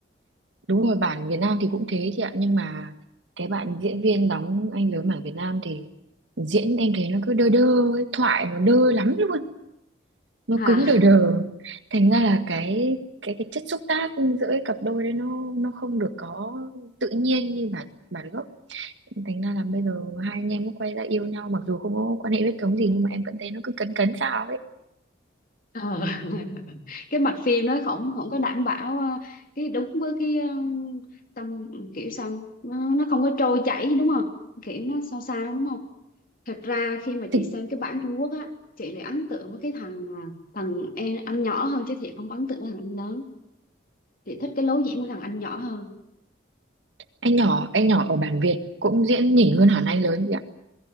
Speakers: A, on the right (about 75°); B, on the left (about 50°).
A: đúng rồi bản Việt Nam thì cũng thế chị ạ nhưng mà cái bạn diễn viên đóng anh lớn bản Việt Nam thì diễn em thấy nó cứ đơ đơ ấy, thoại nó đơ lắm luôn nó
B: À.
A: cứng đờ đờ thành ra là cái cái cái chất xúc tác giữa cái cặp đôi đấy nó nó không được có tự nhiên như bản bản gốc thành ra là bây giờ hai anh em mới quay ra yêu nhau mặc dù không có quan hệ huyết thống gì nhưng mà em vẫn thấy nó cứ cấn cấn sao ấy
B: Ờ. <laughs> cái mạch phim nó không không có đảm bảo ờ, cái đúng với cái ờ, tâm kiểu sao nó, nó không có trôi chảy đúng không? Kiểu nó sao sao đúng thật ra khi mà
A: Thực,
B: chị xem cái bản Trung Quốc á chị lại ấn tượng với cái thằng à, thằng em anh nhỏ hơn chứ chị không ấn tượng với thằng anh lớn chị thích cái lối diễn của thằng anh nhỏ hơn
A: anh nhỏ anh nhỏ ở bản Việt cũng diễn nhỉnh hơn hẳn anh lớn chị ạ